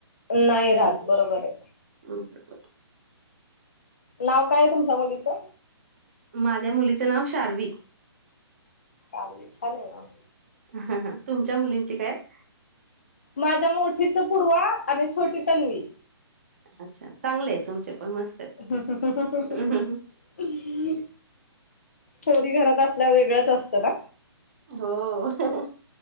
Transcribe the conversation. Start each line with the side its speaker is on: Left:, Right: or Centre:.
Left: नाही राहात बरोबर आहे.
Right: ओके बा.
Left: नाव काय तुमच्या मुलीचं.
Right: माझ्या मुलीचं नाव शार्वी.
Left: शावीं छान ये नाव.
Right: ह तुमच्या मुलींची काय. आहेत?
Left: माझ्या मोठी च पूर्वा आणि छोटी तन्वी.
Right: अच्छा चांगले आहे तुमचे पण मस्त.
Left: ह ह ह
Right: आहेत.
Left: ह. पोरी घरात आसल्यावर वेगळंच असतं ना?
Right: हो.